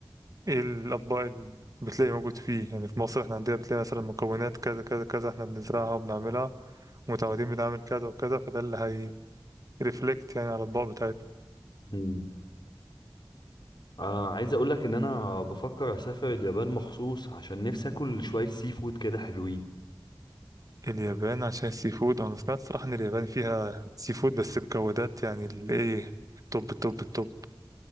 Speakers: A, on the right; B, on the left.
A: ايه الاطباق اللي بتلاقي موجود فيه يعني في مصر احنا عندنا بتلاقي مثلا مكونات كذا كذا كذا احنا بنزرعها وبنعملها متعودين بنعمل كذا وكذا فده اللي هي ريفلكت يعني على الاطباق بتاعتنا
B: مم. آه عايز اقول لك ان انا بفكر اسافر اليابان مخصوص عشان نفسي اكل شوية سي فود كده حلوين
A: اليابان عشان السي فود انا سمعت صراحة ان اليابان فيها سي فود بس بجودات يعني اللي ايه توب توب توب